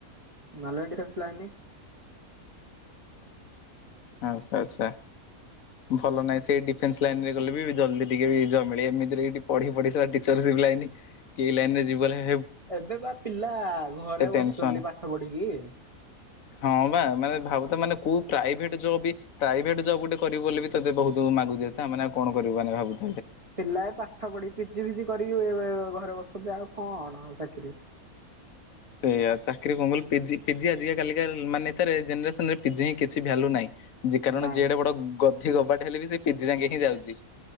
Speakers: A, on the right; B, on the left.
A: ହେଲ ଡିଏସ ଲାଇନ୍
B: ଆଛା ଆଛା ଭଲ ନାଇଁ ସେଇ ଡିଫେନ୍ସ ଲାଇନ ରେ ଗଲେ ବି ଜଲଦି ଟିକେ ବି ମିଳେ ଏମିତିରେ ଏଇ ପଢ଼ି ପଢ଼ି ସଲା ଟିଚର ଶିପ ଲାଇନ କି ଏଇ ଲାଇନ ରେ ଯିବ ବୋଲେ ।
A: ଏବେ ବା ପିଲା ଘରେ
B: ଟେନସନ୍।
A: ବସୁଛନ୍ତି ପାଠ ପଢିକି।
B: ହଁ ବା। ମାନେ ଭାବୁ ଥା ମାନେ କୋଉ ପ୍ରାଇଭେଟ ପ୍ରାଇଭେଟ ଜବ୍ ଗୋଟେ କରିବ ବୋଲି ବି ତତେ ବହୁତ ମାଗୁ ଯାଇଥାଏ ମାନେ ଆଉ କଣ କରିବୁ ମାନେ ଭାବୁଛୁ।
A: ପିଲା ଏ ପାଠ ପଢି ପିଜି ଫିଜି କରି <unintelligible> ଘରେ ବସଧ ଆଉ କଣଣା ଚାକିରି <unintelligible>
B: ସେଇଆ ଚାକିରି କଣ କ ପିଜି ଆଜା କାା ମାନେ ଜେନରେସାନରେ ପିଜି ହଁ କିଛି ଭ୍ୟାଲୁ ନାହିଁ। କାରଣ
A: ନାଇଁ
B: ଯିଡା ବଡ <unintelligible> କବାଟ ହେଲେ ବି ସେ ପିଜି ସାଙ୍ଗରେ ହିଁ ଯାଉଛି।